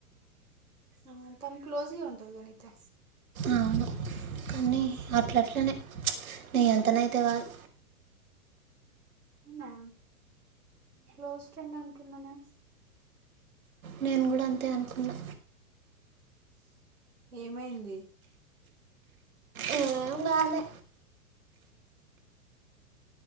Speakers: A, on the right; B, on the right.
A: ఆ తను క్లోజ్గా ఉంటంది. కదా నీతో
B: అవును కానీ అట్లా అట్లనే నీ అంతనైతే కాదు
A: ఉన్నాయా క్లోజ్ ఫ్రెండ్ అంటున్నా నేన్
B: నేను కూడా అంతే అనుకున్నా
A: ఏమైంది
B: ఏ ఉన్నాలే